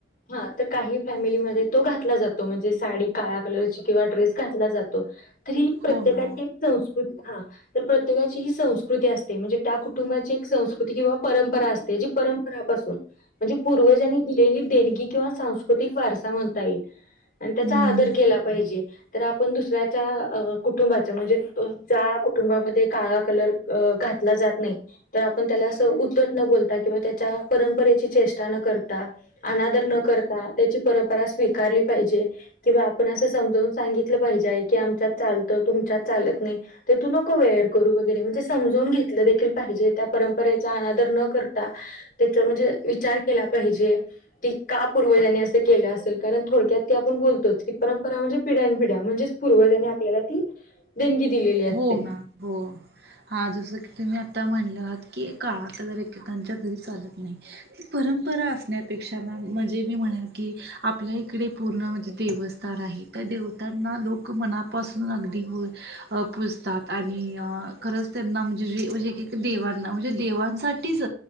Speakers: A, on the left; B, on the right.
A: हा तर काही फॅमिलीमध्ये तो घातला जातो म्हणजे साडी काळ कलरची किंवा ड्रेस घातला जातो तरी प्रत्येकाचे
B: हो मॅम
A: संस्कृती हा तर प्रत्येकाची ही संस्कृती असते म्हणजे त्या कुटुंबाची एक संस्कृती किंवा परंपरा असते जी परंपरापासून म्हणजे पूर्वजांनी दिलेलीगी किंवा सांस्कृतिक वारसा म्हणता येईल आणि त्याचा
B: हम्म
A: आदर केला पाहिजे तर आपण दुसऱ्याच्या कुटुंबाचं म्हणजे ज्या कुटुंबामध्ये काळा कलर घातला जात नाही तर आपण त्याला असं ब कवा त्या परंपरेची चेा न करता अ कर त्याची परंपरा स्वीकारली पाहिजे किंवा आपण अस समजून सांगितलं पाहिजे की आमच्यात चालतं तुमच्यात चालत नाही ते तू नको वेअर करू वगैरे म्हणजे समजून घेतलं देखील पाहिजे त्या परंपरेचा अनादर न कर त्या म्हणजे विचार केला पाहिजे क का पूर्वजानी केलं असेल कारण थोडक्यात ती आपण बोलतोच की परंपरा म्हणजे पिढ्यान पिढ्या म्हणजे पूर्वजांनी आपल्याला ती देणगी दिलेली असते
B: हो मॅम हो. हा जसं की तुम्ही आता म्हणलं आहात की काळा कलर एकेकांच्या घरी चालत नाही ही परंपरा असण्यापेक्षा म्हणजे मी म्हणेल की आपल्या इकडे पूर्ण म्हणजे देवस्थ आहे त्या देवतांना लोक मनापासून अगदी हो जतात आणि खरंच त्यांना म्हणजेे देवांना म्हणजे देवांसाठी ट इज